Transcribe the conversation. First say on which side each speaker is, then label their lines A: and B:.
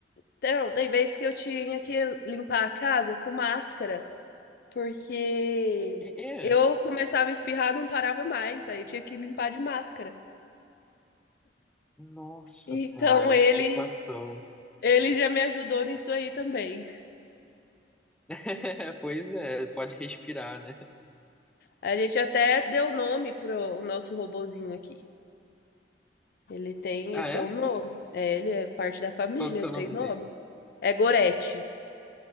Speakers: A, on the left (about 60°); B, in the centre.
A: Então, tem vezes que eu tinha que limpar a casa com máscara, porque
B: É, é.
A: eu começava a espirrar, não parava mais, aí eu tinha que limpar de máscara.
B: Nossa,
A: Então,
B: cara,
A: ele,
B: que situação.
A: ele já me ajudou nisso aí também.
B: <laughs> Pois é, pode respirar, né?
A: A gente até deu nome pro o nosso robozinho aqui. Ele tem,
B: Ah,
A: ele tem
B: é?
A: um nome. É, ele é parte da família,
B: Qual que
A: ele
B: é o
A: tem
B: nome
A: nome.
B: dele?
A: É Gorete.